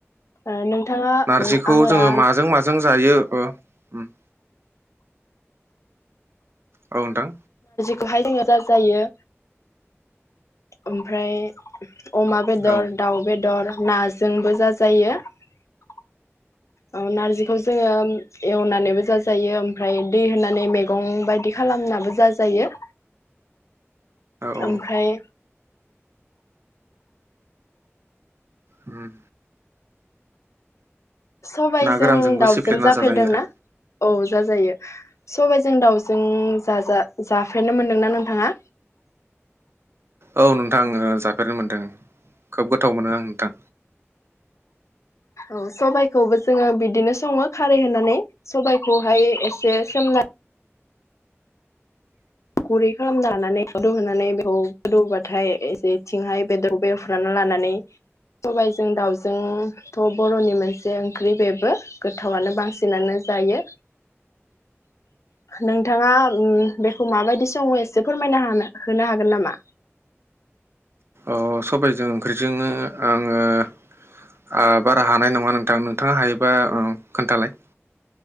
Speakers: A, on the left; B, on the right.
A: आरो नोंथाङा
B: नारजिखौ
A: आङो
B: जोङो
A: दा
B: माजों माजों जायो ओ उम औ नोंथां
A: खौहाय जोङो <unintelligible> जायो ओमफ्राय अमा बेदर
B: औ
A: दाउ बेदर नाजोंबो जा जायो जायो औ नारजिखौ जोङो उम एवनानैबो जाजायो ओमफ्राय दै होनानै मैगं बायदि खालामनाबो जाजायो
B: औ
A: ओमफ्राय
B: होम
A: सबाइजों
B: गोरानजोंबो
A: दाउजों
B: सिफ्लेना
A: जाफेरदोंना
B: जाजायो आरो
A: औ जाजायो सबाइजो जों दाउजों जाजा जाफेरनो मोनदोंना नोंथाङा
B: औ नोंथां जाफेरनो मोनदों खोब गोथाव मोनो आं नोंथां
A: औ सबाइखौबो जोङो बिदिनो सङो खारै होनानै सबाइखौहाय एसे सोमना गुरै खालामनो हानानै गदौ होनानै बेखौ गोदौबाथाय एसे थिंहाय बेदर बे रानना लानानै सबाइजों दाउजोंथ' बर'नि मोनसे ओंख्रि बेबो गोथावआनो बांसिनानो जायो नोंथाङा उम खौ माबायदि सम एसे फोरमायनो हानहोनो हागोन नामा?
B: ओ सबायजों ओंख्रिजोंङो आङो ओ बारा हानाय नङा नोंथां नोंथाङा हायोबा ओ खोन्थालाय?